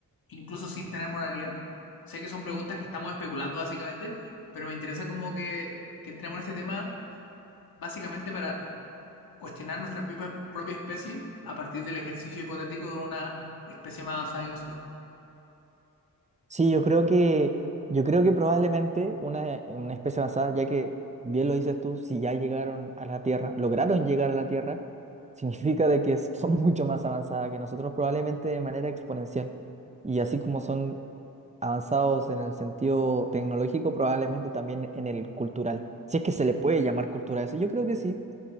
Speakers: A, on the left; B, on the right.
A: incluso sin tener moralidad. Sé que son preguntas que estamos especulando básicamente, pero me interesa como que, que entremos en este tema básicamente para cuestionar nuestra propia, propia especie a partir del ejercicio hipotético de una especie más avanzada que nosotros.
B: Sí, yo creo que, yo creo que probablemente una, una especie avanzada, ya que bien lo dices tú, si ya llegaron a la Tierra, lograron llegar a la Tierra, <laughs> significa de que son mucho más avanzadas que nosotros, probablemente de manera exponencial. Y así como son avanzados en el sentido tecnológico, probablemente también en el cultural. Si es que se le puede llamar cultura a eso, yo creo que sí,